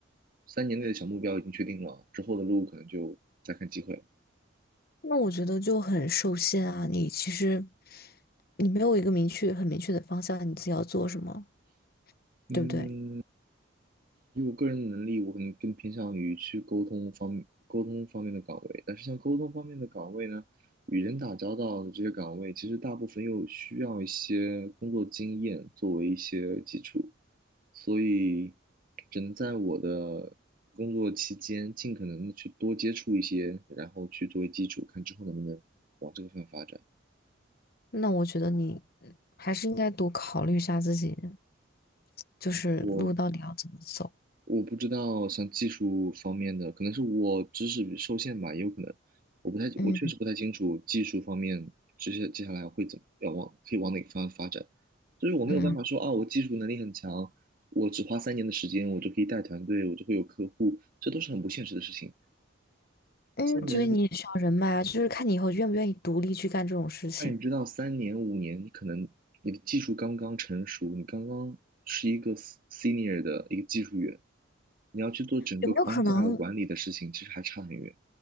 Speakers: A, on the right; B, on the left.
A: 三年内的小目标已经确定了，之后的路可能就再看机会了。
B: 那我觉得就很受限啊，你其实你没有一个明确、很明确的方向，你自己要做什么，
A: 嗯，
B: 对不对？
A: 以我个人的能力，我可能更偏向于去沟通方沟通方面的岗位。但是像沟通方面的岗位呢，与人打交道的这些岗位，其实大部分又需要一些工作经验作为一些基础，所以只能在我的工作期间尽可能的去多接触一些，然后去作为基础，看之后能不能往这个方向发展。
B: 那我觉得你还是应该多考虑一下自己，就是路到底要怎么走。
A: 我我不知道像技术方面的，可能是我知识受限吧，也有可能，我不太，
B: 嗯
A: 我确实不太清楚技术方面这些接下来会怎么要往可以往哪个方向发展，就是我没有办法说啊，
B: 嗯
A: 我技术能力很强，我只花三年的时间，我就可以带团队，我就会有客户，这都是很不现实的事情。
B: 嗯，
A: 三年，
B: 所以你也需要人脉啊，就是看你以后愿不愿意独立去干这种事情。
A: 那你知道，三年五年，你可能你的技术刚刚成熟，你刚刚是一个 s- senior 的一个技术员，你要去做整个框架的管理的事情，
B: 有没有可能？
A: 其实还差很远。